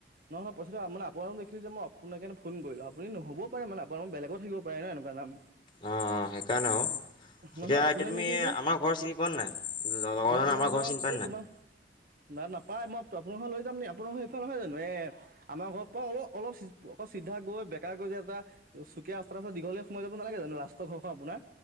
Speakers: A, on the right; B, on the left.
A: নহ নহয়, পইচাটো মান আপোনালোক দেখিলো যে মই আপানাক সেইকাৰণে ফোন কৰিলোঁ <unintelligible> আপোনালোক বেলেগৰো থাকিব পাৰে ন এনেকুৱা নাম।
B: অ অঁ সেইকাৰণে আৰুও
A: মই
B: এতিয়া
A: ভাবিলোঁ
B: এতিয়া
A: আপোনাৰ
B: তুমি
A: নেকি এইটো
B: আমাৰ ঘৰ চিনি পোৱা ন নাই লগৰজনে
A: নহয় আপোনালোকৰ
B: আমাৰ ঘৰ চিনি পাই
A: এই তোমাৰ না নাপায় মই আপোনালোক লৈ যাম নি আপোনালোক স সেইফাল নহয় জানো। আমাৰ ঘৰৰ পৰা অলপ অলপ অ চিধা গৈ বেকাৰ গৈ যে এটা চুকীয়া ৰাস্তা এটা আছে দীঘল। ফালে সোমায় যাব নালাগে জানো লাষ্টৰ ঘৰ আপোনাৰ